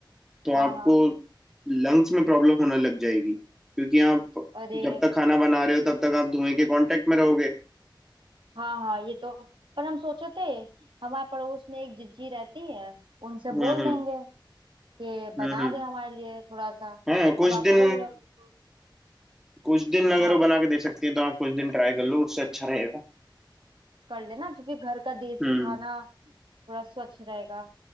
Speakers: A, in the centre; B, on the right (about 75°).
A: तो
B: हाँ
A: आपको
B: हाँ
A: लंग्स में प्रॉब्लम होने लग जाएगी क्योंकि आप
B: अरे
A: जब तक खाना बना रहे हो तब तक आप धुएं के कांटेक्ट में रहोगे
B: हाँ हाँ ये तो पर हम सोचे थे हमारे पड़ोस में एक जिज्जी रहती है उनसे
A: हम्म
B: बोल
A: हम्म
B: देंगे कि
A: हम्म
B: बना
A: हम्म।
B: दे हमारे लिए थोड़ा सा
A: हाँ कुछ
B: अब आप बोल
A: दिन
B: रहे हो तो-
A: कुछ दिन अगर
B: हाँ
A: वो बना के दे सकती है तो आप कुछ दिन ट्राई कर लो उससे अच्छा रहेगा
B: कर लेना क्योंकि घर का देसी
A: हम्म
B: खाना थोड़ा स्वच्छ रहेगा